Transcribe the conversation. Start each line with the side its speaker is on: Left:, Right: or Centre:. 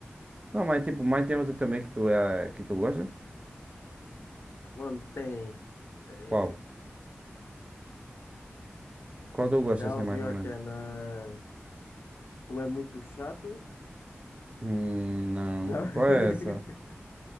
Right: Não, mas tipo, mas tem outra também que tu é que tu gosta?
Left: Mano, tem. Tem.
Right: Qual? Qual tu gosta
Left: Já
Right: assim
Left: ouviu
Right: mais ou
Left: aquela.
Right: menos?
Left: Tu é muito chato?
Right: Hum, não.
Left: Já.
Right: Qual
Left: <laughs>
Right: é essa?